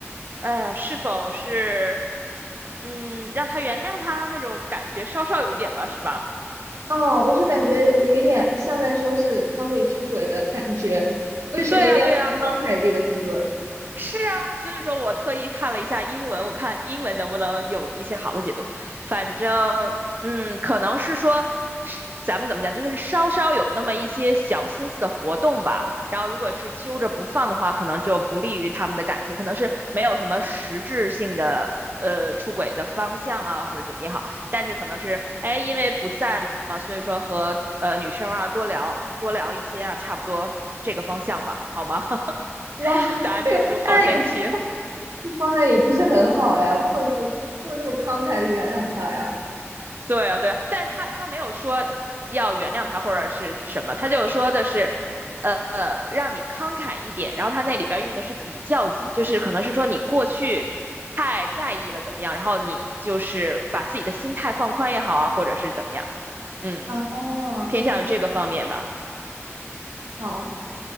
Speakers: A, on the right; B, on the right.
A: 哎呀，是否是嗯让他原谅他那种感觉，稍稍有一点吧，是吧？
B: 哦，我就感觉有一点像在说是他会出轨的感觉，为什么一定要慷慨这个词？
A: 对啊，对啊，是啊，所以说我特意看了一下英文，我看英文能不能有一些好的解读。反正，嗯，可能是说，是咱们怎么讲，就是稍稍有那么一些小心思的活动吧。然后，如果是揪着不放的话，可能就不利于他们的感情，可能是没有什么实质性的呃出轨的方向啊，或者怎么也好。但是可能是，哎，因为不在嘛，所以说和呃女生啊多聊多聊一些啊，差不多这个方向吧，好吗？<laughs>
B: 哇！
A: 答案之书好神奇。
B: 那也。这方向也不是很好呀，不能这么不能这么慷慨的原谅他呀。
A: 对啊，对啊，但是他他没有说要原谅他或者是什么，他就说的是，呃呃，让你慷慨一点。然后他那里边用的是比较级，就是可能是说你过去太在意了怎么样，然后你就是把自己的心态放宽也好啊，或者是怎么样，嗯，
B: 哦，
A: 偏向于这个方面吧。
B: 好